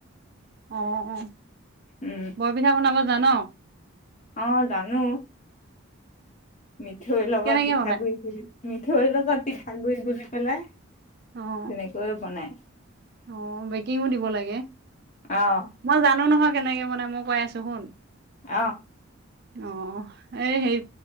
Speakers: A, on the right (about 50°); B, on the left (about 35°).
A: অ অ
B: উম
A: বৰ পিঠা বনাব জান
B: অ জানো মিঠৈ লগত
A: কেনেকে
B: পিঠাগ
A: বনাই
B: গুৰি মঠৈ পিঠা গুৰি গুলি পেলাই।
A: অ
B: তেনেকৈয়ে বনাই।
A: অ বেকিং দিব লাগে
B: আহ
A: মই জানো নহয় কেনেকে মানাই মই কৈ আছো শুন
B: অ
A: অ এই হেই